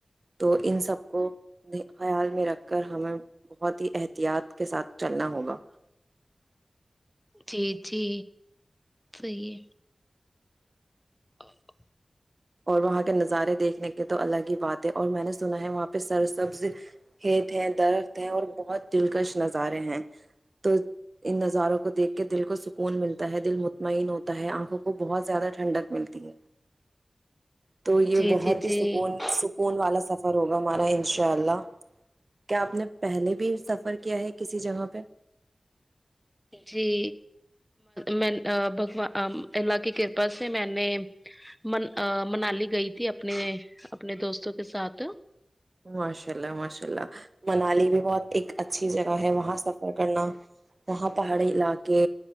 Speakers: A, on the right; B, in the centre.
A: تو ان سب کو خیال میں رکھ کر ہمیں بہت ہی احتیاط کے ساتھ چلنا ہوگا
B: جی جی صیح ہے <unintelligible>
A: اور وہاں کے نظارے دیکھنے کے تو الگ ہی بات ہے اور میں نے سنا ہے وہاں پہ سر سبز کت ہیں درخت ہیں اور بہت دلکش نظارے ہیں تو ان نظاروں کو دیکھ کے دل کو سکون ملتا ہے دل مطمئن ہوتا ہے آنکھوں کو بہت زیادہ ٹھنڈک ملتی ہے تو یہ
B: جی
A: بہت
B: جی
A: ہی
B: جی
A: سکون سکون والا سفر سر ہوگا ہمارا ان شاء اللہ کیا آپ نے پہلے بھی سفر کیا ہے کسی جگہ پہ
B: جی میں بھگوان اللہ کی کرپا سے میں نے من منالی گئی تھی اپنے اپنے دوستوں کے ساتھ
A: ماشاء اللہ ماشاء اللہ منالی بھی بہت ایک اچ اچھی جگہ ہے وہاں سفر کرنا وہاں پہاڑی علاقے